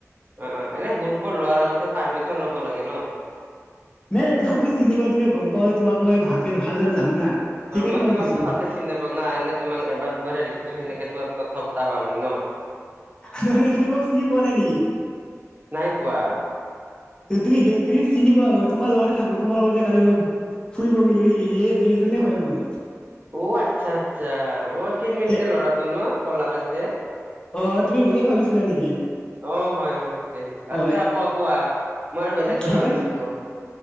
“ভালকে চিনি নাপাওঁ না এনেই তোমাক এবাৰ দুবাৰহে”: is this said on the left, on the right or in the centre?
Right